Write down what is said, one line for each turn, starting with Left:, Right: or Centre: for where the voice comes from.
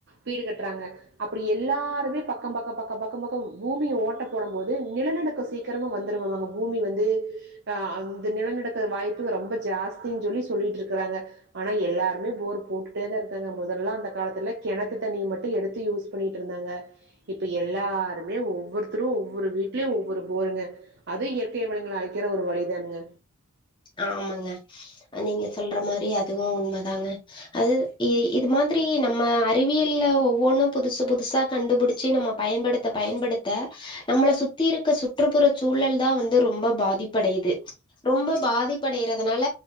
Right: வீடு கட்டுறாங்க அப்பிடி எல்லாருமே பக்க பக்க பக்க பக்க பக்கம் பூமிய ஓட்ட போடம் போது நிலநடுக்க சீக்கிரமா வந்துருமாமாங்க பூமி வந் ந்து ஆ அந்த நிலநடுக்க வாய்ப்பு ரொம்ப ஜாஸ்தின்னு சொல்லி சொல்லிட்டு இருக்கிறாங்க ஆனா எல்லாருமே போர் போட்டுடே தா இருக்காங்க முதல்ல அந்த காலத்துல கிணத்து தண்ணி மட்டும் எடுத்து யூஸ் பண்ணிட்டு இருந்தாங்க இப்ப எல்லாருமே ஒவ்வொருத்தரு ஒவ்வொரு வீட்லயு ஒவ்வொரு போருங்க அது கே இவ்வலங்க அழிக்கிற ஒரு வழிதானுங்க
Left: ஆமாங்க நீங்க சொல்ற மாரி அதுவும் உண்மதாங்க அது இ இது மாதிரி நம்ம அறிவியல்ல ஒவ்வொன்னு புதுசு புதுசா கண்டுபிடிச்சி நம்ம பயன்படுத்த பயன்படுத்த நம்மள சுத்தி இருக்க சுற்றுப்புற சூழல்தா வந்து ரொம்ப பாதிப்படையுது ரொம்ப பாதிப்படையறதுனால